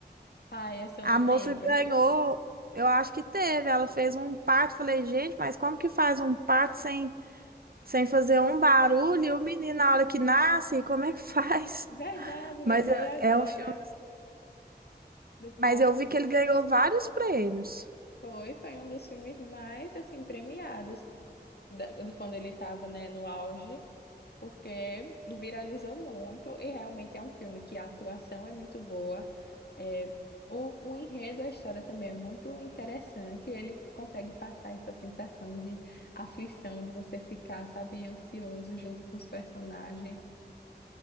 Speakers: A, on the left; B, on the right.
A: Ah, essa eu
B: A
A: não
B: moça
A: lembro.
B: ganhou, eu acho que teve, ela fez um parto. Falei, gente, mas como que faz um parto sem, sem fazer um barulho? E o menino, na hora que nasce, como é que <laughs> faz?
A: Verdade,
B: Mas
A: lembrei
B: é
A: agora.
B: é um filme
A: do parto.
B: Mas eu vi que ele ganhou vários prêmios.
A: Foi, foi um dos filmes mais assim premiados da- de quando ele estava, né, no auge, porque viralizou muito e realmente é um filme que a atuação é muito boa. É, o, o enredo, a história também é muito interessante. e Ele consegue passar essa sensação de aflição, de você ficar, sabe, ansioso junto com os personagens.